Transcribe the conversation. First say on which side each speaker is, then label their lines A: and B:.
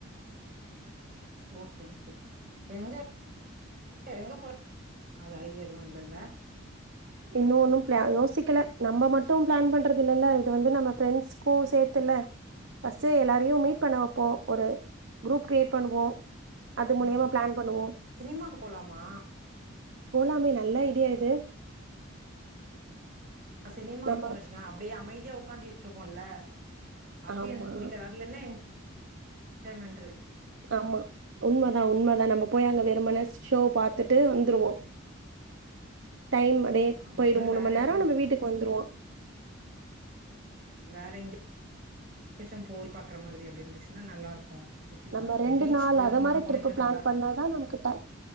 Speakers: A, on the right; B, on the right.
A: ஓகே ஓகே எங்க எங்க போறது ஐடியா எதுவும் இல்லலா
B: இன்னும் ஒன்னும் பிள யோசிக்குனு நம்ம மட்டும் பிளான் பண்றது இல்லல்ல இது வந்து நம்ம ஃப்ரெண்ட்ஸ்க்கும் சேத்துல பர்ஸ்ட் எல்லாரையும் மீட் பண்ண வைப்போம் ஒரு குரூப் கிரியேட் பண்ணுவோம் அது
A: ஆ
B: மூலியமா பிளான் பண்ணுவோ
A: சினிமாக்கு போலாமா
B: போலாமே ந இல்லா இடியா இது
A: சினிமாக்கு
B: நம்ம
A: போனுசின்னா அப்டியே அமைதி இங்கே உக்காந்திட்டுருக்கோல்ல அது
B: ஆமா
A: எனக்கு பிடிக்காது அதுல என்ன என என்ஜாய்மென்ட் இருக்
B: ஆமா உண்மைதா உண்மைதா நம்ம போய் அங்க வெறுமன ஷோ பாத்துட்டு வந்துருவோம் டைமு அப்டியே
A: ஆமா
B: போயிடும்
A: இது மாரி
B: மூணுமணி
A: வேற
B: நேரம்
A: எடம்
B: வீட்டுக்கு வந்துடுவோம்
A: வேற எங்கயா ஆச்சும் போய் சுத்தி பாக்குற மாதிரி அப்புடி இருந்துச்சுன்னா நல்ல இருக்கும் சுத்தி
B: நம்ம
A: பாத்துட்டு
B: ரெண்டு
A: பீச்சுக்கு
B: நாள் அத
A: அந்த மாதிரிலா
B: மாரி ட்ரிப்பு
A: போனா இன்னு
B: பிளான்
A: நல்லா இருக்
B: பண்ணாதா நமக்கு டை